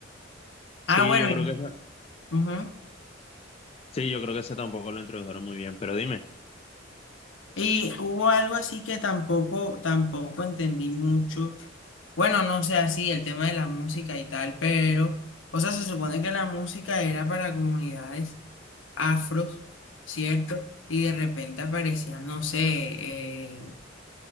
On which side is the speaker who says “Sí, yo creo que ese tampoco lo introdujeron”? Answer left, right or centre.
Left